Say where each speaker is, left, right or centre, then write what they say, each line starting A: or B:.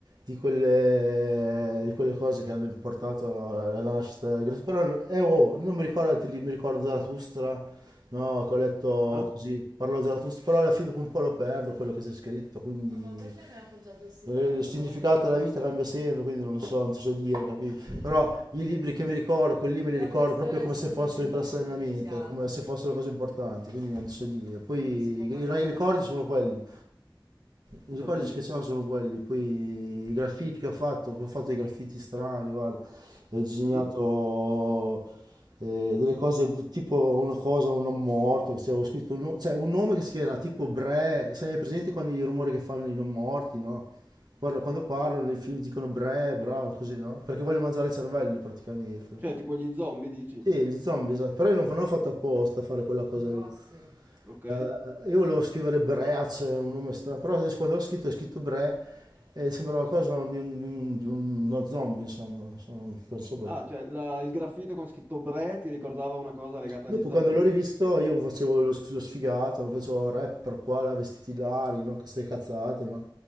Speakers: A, on the right; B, on the right.
A: di quelle, di quelle cose che hanno portato alla nascita del graffiti. Però eh, oh, non mi ricordo altri libri, mi ricordo Zarathustra. No, che ho letto
B: Ah,
A: così, parlo Zarathustra, però alla fine dopo un po' lo perdo quello che c'è scritto, Ma ma quindi eh, il significato della vita cambia sempre, quindi non lo so, non ti so dire, capito?
B: eh,
A: Però i libri che mi ricordo, quelli lì me li ricordo proprio come se fossero impresse nella mia mente, come se fossero cose importanti, quindi non ti so dire. Non si può Poi i i ricordi sono quelli. I
B: Ho
A: ricordi
B: capito.
A: che ho sono quelli, poi i graffiti che ho fatto, ho fatto dei graffiti strani, guarda, ho disegnato
B: Mhm.
A: eh, delle cose, tipo una cosa, un non morto, cioè, ho scritto un, no- cioè, un nome che si chiama tipo Bre, sai, è presente quando i rumori che fanno i non morti, no? Guarda, quando parlano nei film dicono Bre, bra, così, no? Perché voglio mangiare il cervello praticamente.
B: Cioè, tipo gli zombie, dici?
A: Sì, gli zombie, esatto. Però io non, non ho fatto apposta a fare quella cosa lì.
B: Ok.
A: Eh, io volevo scrivere Breach, un nome strano, però adesso quando l'ho scritto, ho scritto Bre e sembrava cosa di, un- di un- di uno zombie, insomma, non so non so perché.
B: Ah, cioè, la- il graffito con scritto Bre ti ricordava una cosa legata
A: Dopo
B: agli zombie.
A: quando l'ho rivisto io facevo lo, sf- lo sfigato, facevo rapper qua, là, vestiti larghi, no? Queste cazzate, no?